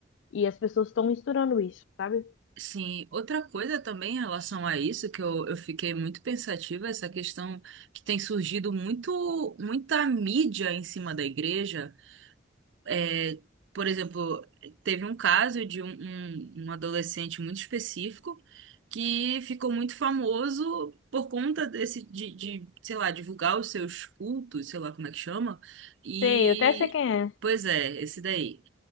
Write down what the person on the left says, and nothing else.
E as pessoas estão misturando isso, sabe?
Sei, eu até sei quem é.